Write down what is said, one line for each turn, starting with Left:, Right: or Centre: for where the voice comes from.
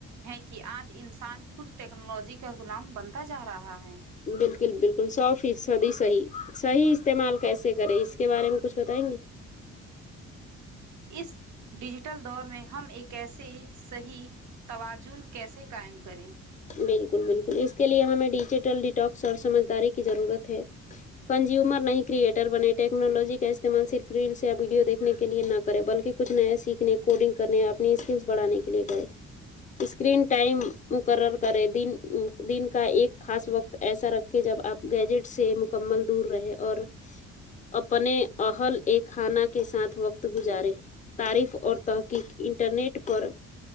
Right: ہے کہ آج انسان خود ٹیکنالوجی کا غلام بنتا تا جا رہا ہے
Left: بالکل بالکل سو فیصدی صحیح صحیح استعمال کیسے کرے اس کے بارے میں کچھ بتائیں گے
Right: اس ڈیجیٹل دور میں ہم ایک کیسے صحیح توازون کیسے قائم کریں
Left: بالکل بالکل اس کے لیے ہمیں ڈیجیٹل ڈیٹاکس اور سمجھداری کی ضرورت ہے کنزیومر نہیں کریئٹر بنے ٹیکنالوجی کا استعمال صرف ریلس یا ویڈیو دیکنے کے لیے نہ کرے بلکہ کچھ نیا سیکھنے کوڈنگ کرنے اپنی اسکلس بڑھانے کے لیے کرے اسکرین ٹائم مقرر کریں دن کا ایک خاص وقت ایسا رکھیں جب آپ گیجٹ سے مکمل دور رہے اور اپنے اہل اے خانہ کے ساتھ وقت گزارے تعریف اور تحقیق انٹرنیٹ پر